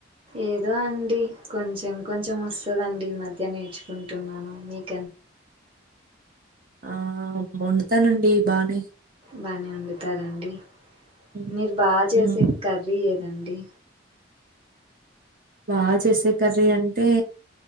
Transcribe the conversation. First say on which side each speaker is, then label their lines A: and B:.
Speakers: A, on the right; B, on the right.
A: ఏదో అండి కొంచెం కొంచెం వస్తదండి, ఈ మధ్య నేర్చుకుంటున్నాను మీక్
B: ఆ ఆ వండుతానండి బానే
A: బానే వండుతార అండి,
B: హ్మ్.
A: మీరు బా చేసే
B: హ్మ్.
A: కర్రీ ఎద్ దండి
B: బాగా చేసే కర్రీ అంటే